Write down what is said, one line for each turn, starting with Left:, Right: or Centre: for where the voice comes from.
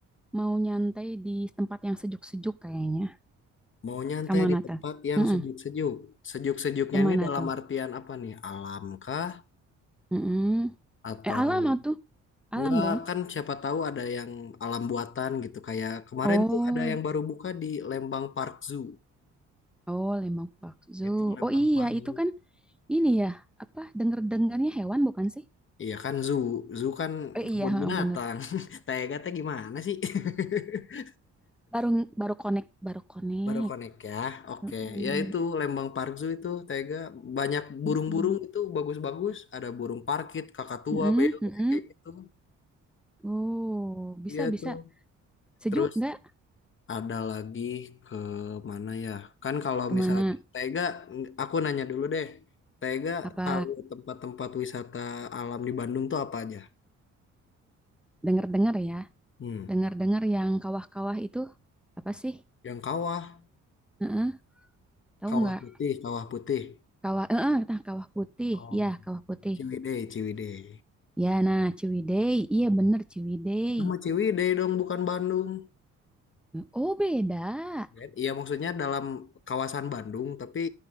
Centre: mau nyantai di tempat yang sejuk-sejuk kayaknya.
Left: Mau nyantai
Centre: Kemana
Left: di tempat
Centre: tuh?
Left: yang
Centre: Mm-mm,
Left: sejuk-sejuk. Sejuk-sejuknya
Centre: Kemana
Left: ini dalam
Centre: tuh?
Left: artian apa nih? Alam kah?
Centre: Mm-mm.
Left: Atau
Centre: Eh, alam ah tuh, alam
Left: enggak
Centre: dong.
Left: kan siapa tahu ada yang alam buatan gitu. Kayak kemarin
Centre: Oh,
Left: tuh ada yang baru buka di Lembang Park Zoo.
Centre: oh lemang bakso.
Left: Itu Lembang
Centre: Oh iya,
Left: Park
Centre: itu
Left: Zoo.
Centre: kan ini ya apa? Dengar-dengarnya hewan bukan sih?
Left: Iya kan zoo. Zoo kan
Centre: Eh
Left: kebun
Centre: iya, heeh,
Left: binatang.
Centre: bener.
Left: <laughs> Tega teh gimana sih? <laughs>
Centre: Baru baru connect, baru connect.
Left: Baru connect ya. Oke,
Centre: Mm-mm.
Left: ya itu Lembang Park Zoo itu Tega banyak burung-burung
Centre: Mm-mm.
Left: itu bagus-bagus, ada burung parkit, kakatua,
Centre: Mm-mm,
Left: beo
Centre: mm-mm.
Left: kayak gitu.
Centre: Oh, bisa
Left: Iya
Centre: bisa.
Left: tuh.
Centre: Sejuk
Left: Terus
Centre: nggak?
Left: ada lagi ke mana ya? Kan kalau
Centre: Kemana?
Left: misalnya Tega ng- aku nanya dulu deh. Tega
Centre: Apa
Left: tahu tempat-tempat wisata alam di Bandung tuh apa aja?
Centre: dengar-dengar ya?
Left: Hmm,
Centre: Dengar-dengar yang kawah-kawah itu apa sih?
Left: yang kawah,
Centre: Heeh, tahu
Left: kawah
Centre: nggak?
Left: putih, kawah putih.
Centre: Kawah, heeh, nah kawah putih.
Left: Oh,
Centre: Iya, kawah putih.
Left: Ciwidey, Ciwidey.
Centre: Ya, nah Ciwidey. Iya
Left: Hmm.
Centre: bener Ciwidey.
Left: Itu mah Ciwidey dong, bukan Bandung.
Centre: Oh beda.
Left: Ben, Iya maksudnya dalam kawasan Bandung tapi